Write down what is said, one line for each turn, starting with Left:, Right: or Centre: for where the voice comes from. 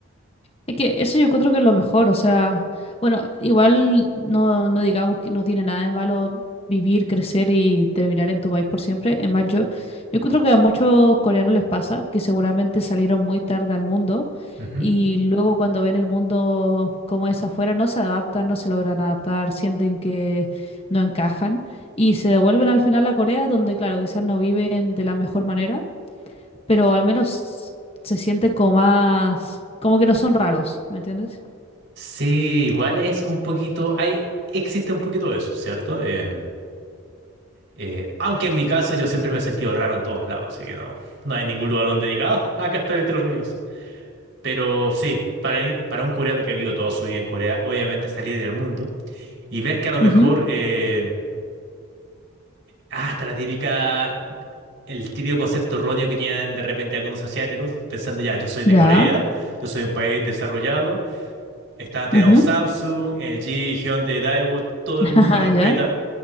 Left: Es que eso yo creo que es lo mejor, o sea, bueno, igual no, no digamos que no tiene nada de malo vivir, crecer y terminar en tu país por siempre. Es más, yo, yo encuentro que a muchos coreanos les pasa que seguramente salieron muy tarde al mundo
Right: Ujú.
Left: y luego cuando ven el mundo como es afuera no se adaptan, no se logran adaptar, sienten que no encajan y se devuelven al final a Corea donde, claro, quizás no viven de la mejor manera pero al menos se sienten como más, como que no son raros, ¿me entiendes?
Right: Sí, igual es un poquito, hay, existe un poquito de eso, ¿cierto? Em, eh, aunque en mi caso yo siempre me he sentido raro en todos lados, así que no, no hay ningún lugar donde diga, "Ah, <laughs> acá estoy entre los míos. Pero sí, para, mí- para un coreano que vivió toda su vida en Corea, obviamente salir del mundo y ver que a lo mejor,
Left: Ujú,
Right: eh, ah, hasta la típica, el típico concepto erróneo que tienen de repente algunos asiáticos, pensando ya, yo soy de
Left: Ya,
Right: Corea, yo soy un país desarrollado. Está, tenemos
Left: ujú,
Right: Samsung, LG, Hyundai, Daewoo, todo
Left: <laughs>
Right: el mundo nos respeta
Left: ajá, ya.